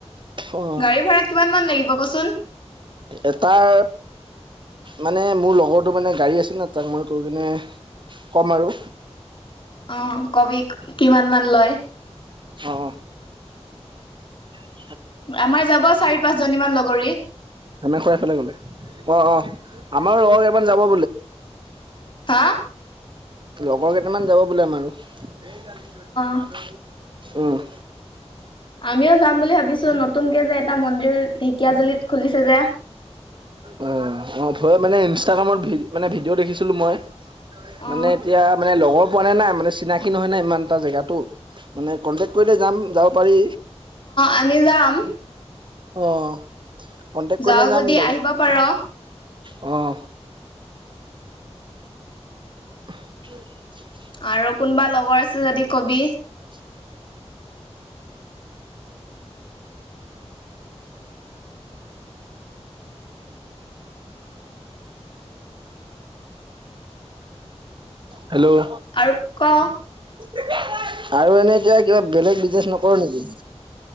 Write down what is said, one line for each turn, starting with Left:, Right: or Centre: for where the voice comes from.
Right: অ
Left: গাড়ী ভাড়া কিমান মান লাগিব ক চোন?
Right: এটাৰ মানে মোৰ লগৰটোৰ মানে গাড়ী আছিল ন, তাক মই কৈ কিনে ক'ম আৰু
Left: অ' কবি কিমান মান লয়?
Right: অ', অ'।
Left: আমাৰ যাব চাৰি পাঁচজনীমান লগৰী।
Right: ধমে খৰাই এইফালে গ'লে, অ' অ' আমাৰো ৰৰ এমান যাব
Left: হা।
Right: লগৰ কেইটামান যাব বোলে আমাৰ লগত।
Left: অ
Right: ও'ম।
Left: আমিও যাম বুলি ভাবিছো, নতুনকে যে এটা মন্দিৰ ঢেকীয়াাজুলিত খুলিছে যে?
Right: অ', অ' ময়ে মানে ইনষ্টাগ্ৰামত মানে ভিডিঅ' দেখিছিলো মই?
Left: অ
Right: মানে এতিয়া মানে লগৰ পোৱা নাই না, মানে চিনাকি নহয় না ইমানটা জেগাতো? মানে কন্টেক্ট কৰিলে যাম যাব পাৰি
Left: আমি যাম
Right: অ'। কণ্টেক্ট
Left: যাও
Right: কৰিলে যাম
Left: যদি
Right: বাৰু?
Left: আহিব পাৰ।
Right: অ'। <inaudible>
Left: আৰু কোনোবা লগৰ আছে যদি কবি?
Right: <inaudible> <inaudible> হেল্ল'অ
Left: আৰু ক?
Right: <inaudible> আৰু এনেই এতিয়া কিবা বেলেগ বিজনেচ নকৰো নেকি?